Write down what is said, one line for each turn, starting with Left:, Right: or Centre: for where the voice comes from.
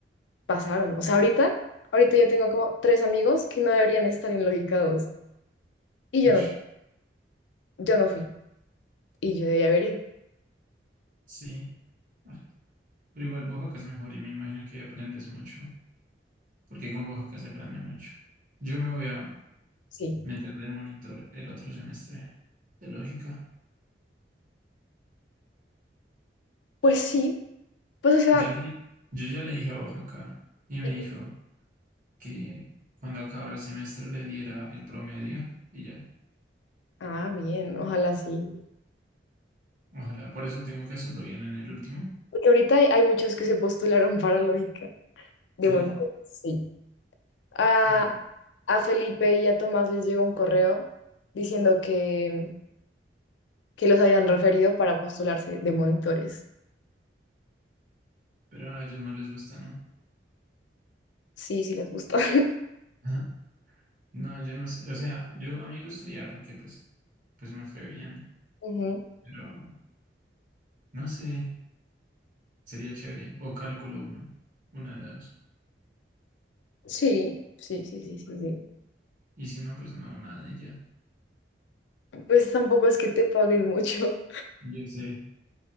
Left: pasaron. O sea, ahorita, ahorita yo tengo como tres amigos que no deberían estar en lógica 2 y yo
Right: Ush,
Left: no, fu- yo no fui y yo debía haber ido.
Right: Sí, Ah, pero igual Oaxaca es mejor y me imagino que aprendes mucho, porque con Oaxaca se aprende mucho. Yo me voy a
Left: Sí,
Right: meter de monitor el otro semestre de lógica.
Left: Pues sí, pues o sea,
Right: Ya le- yo ya le dije a Oaxaca y me
Left: y-
Right: dijo que cuando acabara el semestre le diera el promedio y ya.
Left: ah, bien, ojalá sí.
Right: Ojalá, por eso tengo que hacerlo bien en el último,
Left: Porque ahorita hay, hay muchos que se postularon para lógica. De
Right: ¿sí?
Left: momento, sí. A,
Right: Ah,
Left: a Felipe y a Tomás les llegó un correo diciendo que, que los habían referido para postularse de monitores.
Right: pero a ellos no les gusta, ¿no?
Left: Sí, sí les gusta. <laughs>
Right: <laughs> No, yo no sé, o sea, yo a mí me gustaría porque pues, pues me fue bien,
Left: Ujú.
Right: pero no sé, sería chévere. O cálculo uno, una de dos.
Left: Sí, sí, sí, sí, sí, sí.
Right: Y si no, pues no, nada y ya.
Left: Pues tampoco es que te paguen mucho,
Right: Yo sé.